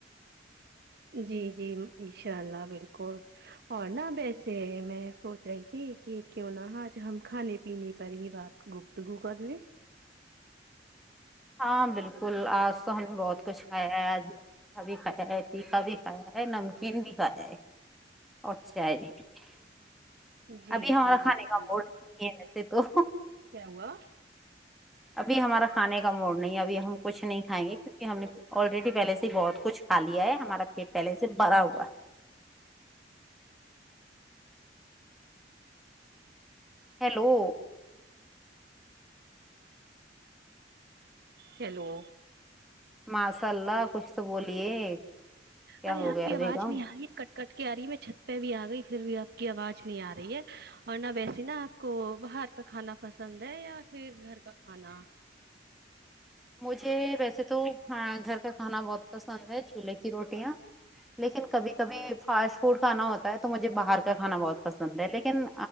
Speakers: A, on the right (about 60°); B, in the centre.
A: جی جی انشاء اللہ بالکل اور نا ویسے میں سوچ رہی تھی کی کیوں نہ آج ہم کھانے پینے پر ہی بات گپ تگو کرلے
B: ہاں بالکل آج تو ہم نے بہت کچھ کھایا ہے آج تھا بھی کھایا ہے تیکھا بھی کھایا ہے نمکین بھی کھایا ہے اور چائے بھی پی ہے
A: جی
B: ابھی ہوا
A: جی
B: کھانے
A: بالکل
B: کا موڑ یے وسے تو
A: کیا ہوا
B: ابھی ہمارا کھانے کا موڈ نہیں ہے اب ہم کچھ نہیں کھائیں گے کہ ہم نے آلریڈی پہلے سے ہی بہت کچھ کھا لیا ہے ہمارا پیٹ پہلے سے بھرا ہوا ہے ہیلو
A: ہیلو
B: ماشاء اللہ کچھ تو بولیے کیا
A: ارے
B: ہو
A: آپ
B: گیا
A: کی آواز
B: بیگم
A: نہیں آ رہی کٹ کٹ کے آ رہی میں چھت پے بھی آ گئی فیر بھی آپ کی آواز نہیں آ رہی ہے اور نہ ویسی نا آپ کو باہر کا کھانا پسند ہے یا فیر گھر کا کھانا
B: مجھے ویسے تو گھر کا کھانا بہت پسند ہے چولہے کی روٹیاں لیکن کبھی کبھی فاسٹ فوڈ کھانا ہوتا ہے تو مجھے باہر کا کھانا بہت پسند ہے لیکن